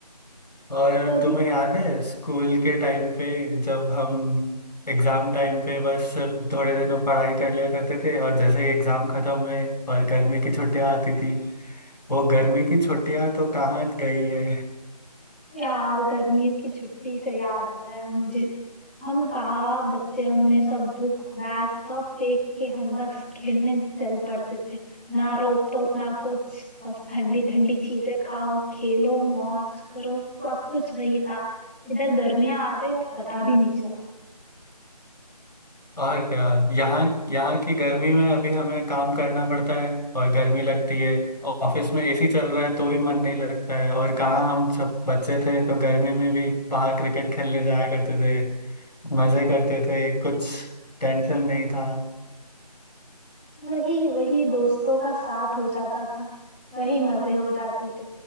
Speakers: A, on the left (about 85°); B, in the centre.
A: और
B: वही
A: तुम्हें याद है स्कूल के टाइम पे जब हम एग्जाम टाइम पे बस सिर्फ थोड़े दिनों पढ़ाई कर लिया करते थे और जैसे ही एग्जाम खत्म हुए और गर्मी की छुट्टियां आती थी वो गर्मी की छुट्टियां तो कहाँ गई है
B: यार गर्मियों की छुट्टी से याद आ रहा है मुझे हम कहा बच्चे हमने सब बुक्स बैग सब फेंक के हम बस खेलने चल पड़ते थे ना रोक टोक ना कुछ बस ठंडी ठंडी चीजें खाओ खेलो मौज करो सब कुछ वही था इधर गर्मियां आ गई और पता भी नहीं चला
A: और क्या यहाँ यहाँ की गर्मी में अभी हमें काम करना पड़ता है और गर्मी लगती है और ऑफिस में एसी चल रहा है तो भी मन नहीं लगता है और कहाँ हम सब बच्चे थे तो गर्मी में भी बाहर क्रिकेट खेलने जाया करते थे मजे करते थे कुछ टेंशन नहीं था
B: वही वही दोस्तों का साथ हो जाता था वही मजे हो जाते थे